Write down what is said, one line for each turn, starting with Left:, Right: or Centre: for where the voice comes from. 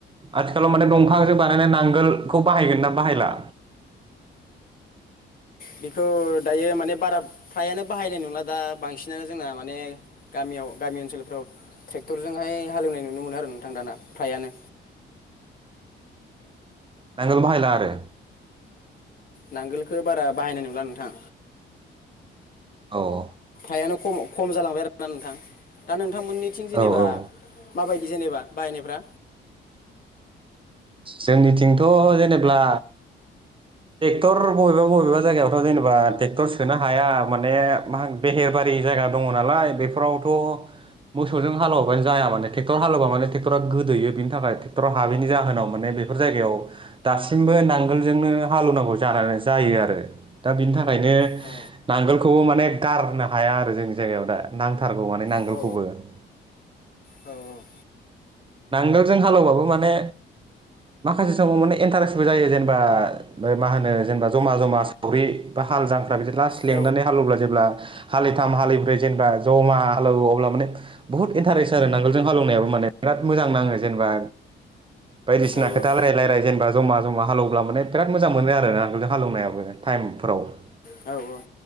Right: आथिखालाव माने दंफां जो बा <unintelligible> नांगोलखौ बाहायगोनना बाहायला?
Left: बेखौ दायो माने बारा फ्रायानो बाहायनाय नंला दा बांसिनानो जोंना माने गामि गामियाव गामि ओनसोलफ्राव ट्रेक्टरजोंहाय हालेवनाय नुनो मोनो आरो नोंथां दाना फ्रायानो
Right: नांगल बाहायला आरो
Left: नांगोलखौ बारा बाहायनाय नंला नोंथां
Right: औ
Left: नायानो‌ खम खम जालांबाय आरोना नोंथां दा नोंथांमोननिथिं जेनेबा
Right: औ औ
Left: माबाय दि जेनेबा बाहायनायफ्रा
Right: जोंनिथिंथ' जेनेब्ला टेक्टर बबेबा बबेबा जायगायावथ' जेनेबा टेक्टर सोनो हाया माने मा मोनो बेहेरबा बारि जायगा दंङ नालाय बेफोरावथ' मोसौजों हालेवाबानो जाया माने टेक्टर हालेवमाने टेक्टरा गोदोयो बेनि थाखाय टेक्टरा हाबैनि जाहोनाव माने बेफोर जायगायाव दासिमबो नांगोलजोंनो हालौवनांगौ जानांगो जायो आरो दा बेनि थाखायनो
Left: अ
Right: नांगोलखौबो माने गारनो हाया आरो जोंनि जायगायाव दा नांथारगौ माने
Left: औ
Right: <inaudible>
Left: औ औ
Right: नांगोलजों हालौवबाबो माने माखासे समाव माने इन्टारेस्टबो जायो जेनेबा मा होनो जेनेबा जमा जमा सावरि बा हाल जांख्रा बिदि लास्ट लेंनानै
Left: औ
Right: हालौवब्ला जेब्ला हालिथाम हालिब्रै जेनेबा जमा हालौवो अब्ला माने बुहुद इन्टारेस्ट आरो नांगोलजों हालौवनायाबो माने बिराद मोजां नांओ जेनेबा बायदिसिना
Left: औ
Right: खोथा रायलाय रामलाय जेनोबा ज'मा ज'मा हालौवब्ला माने बिराद मोजां मोनो आरो नांगोलजों हालौवनायाबो टाइम - फोराव <unintelligible>
Left: औ